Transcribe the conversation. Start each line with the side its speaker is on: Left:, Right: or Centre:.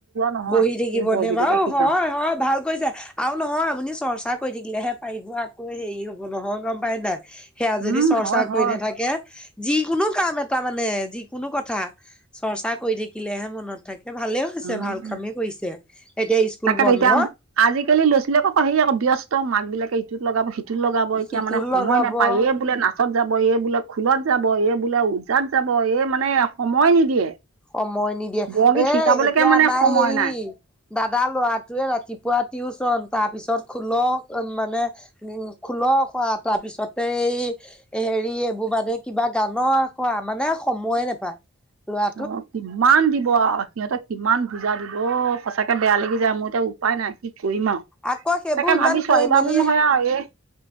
Right: <unintelligible>
Centre: বহি থাকিব
Right: এই বৰগীতকে
Centre: নে বাৰু
Right: শিকাও
Centre: হয়, হয়, ভাল, কৈছে আৰু নহয় আপুনি চৰ্চা কৰি থাকিলেহে পাৰিব আকৌ হেৰি হব নহয় গম পাই নাই, সেয়া
Right: উম
Centre: যদি চৰ্চা
Right: হয় হয়
Centre: কৰি নাথাকে, যিকোনো কাম এটা মানে যিকোনো কথা চৰ্চা কৰি থাকিলেহে মনত, থাকে ভালেই হৈছে
Right: উম
Centre: ভাল কামেই কৰিছে। এতিয়া স্কুল
Right: তাকেতো
Centre: বন্ধ
Right: এতিয়া আজিকালি ল'ৰা -ছোৱালী আকৌ হেৰি আকৌ ব্যস্ত মাক বিলাকে ইটোত লগাব সিটো, টোত লগাব এতিয়া
Centre: সিটো
Right: মানে সময়
Centre: লগাব
Right: নাপায় এই বোলে নাচত যাব এই বোলে খোলত, যাব এই বোলে ওজাত যাব এই মানে সময় নিদিয়ে।
Centre: সময় নিদিয়ে
Right: বৰগীত
Centre: এ
Right: শিকাবলৈকে
Centre: এতিয়া
Right: মানে
Centre: নাই
Right: সময়
Centre: হেৰি, দাদা ল'ৰাটোৱে ৰাতিপুৱা টিউচন তাৰ পিছত খোল উ মানে, উম, খোল কৰা তাৰপিছতে এই, হেৰি এইবোৰ মানে কিবা গানৰ আখৰা মানে সময়ে নেপায় ল'ৰা,
Right: অ', কিমান দিব আউ সিহঁতক কিমান বুজা দিব অ', সঁচাকে বেয়া লাগি যায় মোৰ এতিয়া উ উপায় নাই কি কৰিম আৰু
Centre: আকৌ সেইবোৰ
Right: তাকে
Centre: ইমান
Right: ভাবিছো
Centre: কৰি
Right: এইবাৰ
Centre: মেলিয়ে
Right: বোলো নহয় আৰু এ,